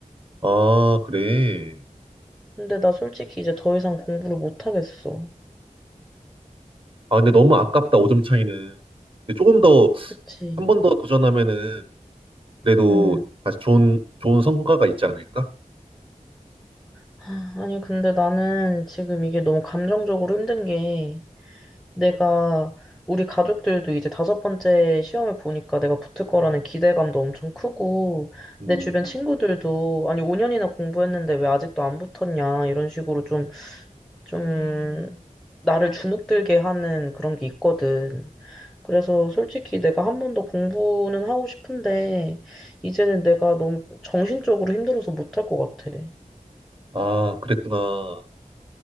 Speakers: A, on the right; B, in the centre.
A: 아, 그래.
B: 근데 나 솔직히 이제 더 이상 공부를 못 하겠어.
A: 아, 근데 너무 아깝다, 5점 차이는. 근데 조금 더,
B: 그치?
A: 한 번 더 도전하면은, 그래도
B: 응
A: 다시 좋은, 좋은 성과가 있지 않을까?
B: 하, 아니, 근데 나는 지금 이게 너무 감정적으로 힘든 게 내가 우리 가족들도 이제 다섯 번째 시험을 보니까 내가 붙을 거라는 기대감도 엄청 크고
A: 음.
B: 내 주변 친구들도 아니, 5년이나 공부했는데 왜 아직도 안 붙었냐 이런 식으로 좀 좀 나를 주눅들게 하는 그런 게 있거든. 그래서 솔직히 내가 한 번 더 공부는 하고 싶은데, 이제는 내가 너무 정신적으로 힘들어서 못 할 것 같아.
A: 아, 그랬구나.